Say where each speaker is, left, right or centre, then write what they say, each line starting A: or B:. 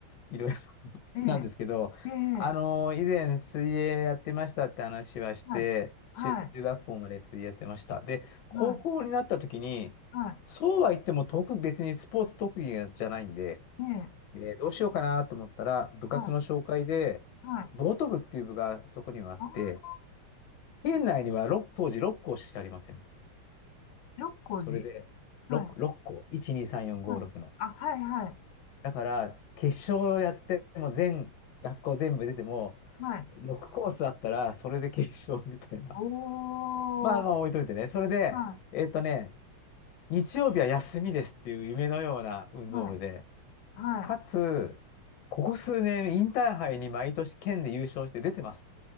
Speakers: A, on the left (about 70°); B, on the left (about 85°).
A: いろいろ <laughs>
B: ええ、
A: なんですけど、
B: ええ、
A: あのー以前水泳やってましたって話はして、
B: はい。はい。
A: 中学校まで水泳やってました。で、高校になった時に、
B: はい。は
A: そうは言っても特、別にスポーツ特技じゃないんで、
B: い。ええ、
A: で、どうしようかなと思ったら、部活の紹介で、
B: はい。はい。
A: ボート部っていう部がそこにはあって、
B: ああ、
A: 県内にはろく当時6校しかありません。
B: 六甲寺
A: それで、
B: はい。
A: 6、6校、1、2、3、4、5、
B: はい。
A: 6の。
B: あ、はい、はい。
A: だから、決勝をやっても全、学校全部出ても、
B: はい。
A: 6コースあったら、それで決勝みたいな。
B: おー。
A: <laughs> まあ、まあの、置いといてね。それで、
B: は
A: えっとね、日曜日は休みですっていう夢のような運動部で、
B: い。はい。はい。
A: かつ、ここ数年、インターハイに毎年県で優勝して出てます。